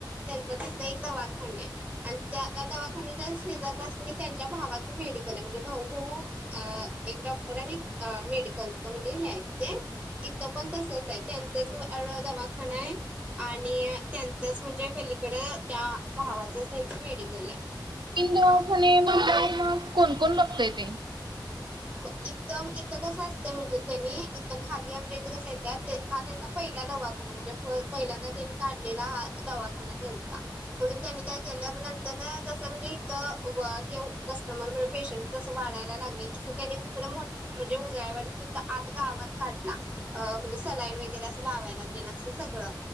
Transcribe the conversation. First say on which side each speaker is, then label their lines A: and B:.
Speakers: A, on the right (about 20°); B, on the right (about 70°).
A: त्यांचा खाटायं दवाखाने आणि त्या त्या दवाखान्याच्या शेजारलास <unintelligible> त्यांच्या भावाचं मेडिकल आहे म्हणजे भाऊ भाऊ अहं एक डॉक्टर आणि अ मेडिकलच म्हणजे हे आहेत ते इतं पण तसंचयं त्यानं इथंच एवढा दवाखाना हाय आणि त्यांचच म्हणजे पलीकडं त्या भावाचं सेल्फ मेडिकल हाय.
B: तीन दवाखाने मंग कोण कोण बघतयं ते
A: मग इथं इथं कसं असतं म्हणजे त्यांनी इथं खाली आमच्या इथे कसं येत्यात हा ते तेंचा पहिला दवाखाना म्हणजे प पहिल्यांदा त्यांनी काढलेला हा दवाखाना तेंचा म्हणून त्यांनी काय केलं नंतरनं जसं म्हणजे इथं वं हे कस्टमर म्हण पेशंट जसं वाढायला लागलाय तसं त्याने तिकड मो म्हणजे उजळायवाडीत आत गावात काढला. अ म्हणजे सलाईन वगैरे असं लावायला तेन असं सगळं